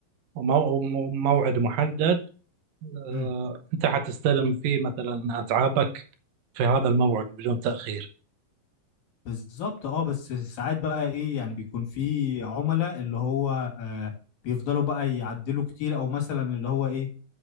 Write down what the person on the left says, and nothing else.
امم
بالظبط اه بس ساعات بقى ايه يعني بيكون في عملاء اللي هو آه بيفضلوا بقى يعدلوا كتير او مثلا اللي هو ايه